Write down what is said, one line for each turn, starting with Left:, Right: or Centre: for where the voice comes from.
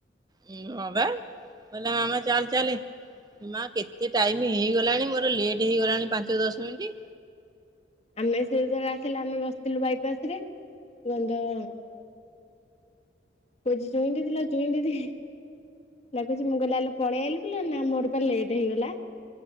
Right: ହୁଁ ଅବା କଇଲା ମାମା ଚାଲେ ଚାଲେ। ମା କେତେ ଟାଇମ ହେଇଗଲାଣି, ମୋର ଲେଟ୍ ହେଇଗଲାଣି ପାଞ୍ଚ ଦଶ ମିନିଟ।
Left: ଆମେ ସେ ଜର ଆସିଲା ଆମେ ବସିଥିଲୁ ବାଇପାସ ରେ ଗନ୍ଧ କହୁଛି ଚୁଇଁ ଦିଥିଲ ଚୁଇଁ ଦିଦି ଲଖୁଛି, ମୁଁ ଗଲେ ହେ ପଳେଇ ଆଲୁ ନା ମୋର ଲେଟ୍ ହେଇଗଲା।